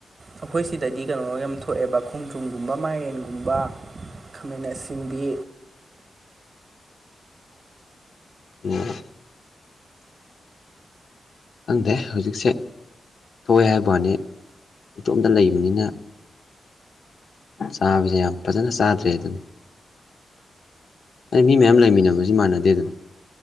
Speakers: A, on the right; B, on the left.
A: ꯑꯩꯈꯣꯏ ꯁꯤꯗꯗꯤ ꯀꯩꯅꯣ ꯌꯥꯝ ꯊꯣꯛꯑꯦꯕ ꯈꯣꯡꯗ꯭ꯔꯨꯝꯒꯨꯝꯕ ꯃꯥꯏꯔꯦꯟꯒꯨꯝꯕ ꯈꯃꯦꯅ ꯑꯁꯤꯟꯕꯤ
B: ꯎꯝ ꯈꯪꯗꯦ ꯍꯧꯖꯤꯛꯁꯦ ꯊꯣꯛꯑꯦ ꯍꯥꯏꯕꯅꯦ ꯏꯇꯣꯝꯇ ꯂꯩꯕꯅꯤꯅ ꯆꯥꯕꯁꯦ ꯌꯥꯝ ꯐꯖꯅ ꯆꯥꯗ꯭ꯔꯦ ꯑꯗꯨꯅꯤ ꯑꯩ ꯃꯤ ꯃꯌꯥꯝ ꯂꯩꯃꯤꯟꯅꯕꯁꯤ ꯃꯥꯟꯅꯗꯦ ꯑꯗꯨꯅ